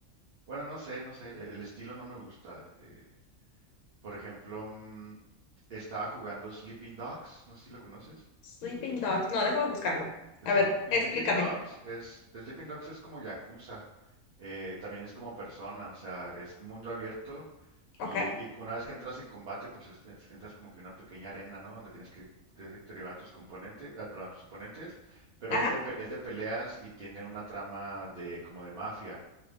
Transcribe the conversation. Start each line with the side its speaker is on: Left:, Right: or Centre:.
Right: Bueno, no sé, no sé, el, el estilo no me gusta. eh, por ejemplo, mm, estaba jugando Sleeping Dogs, no sé si lo conoces.
Left: Sleeping Dogs. No, déjame buscarlo.
Right: Sleep-
Left: A ver,
Right: Sleeping
Left: explícame.
Right: Dogs es, Sleeping Dogs es como Yakuza, eh, también es como persona, o sea, es mundo abierto y,
Left: Ok.
Right: y una vez que entras en combate, pues es- es- entras como que en una pequeña arena, ¿no? Donde tienes que de- derribar a tus componentes, ah, perdón, a tus oponentes, pero
Left: Ajá.
Right: es de, pe- es de peleas y tiene una trama de como de mafia.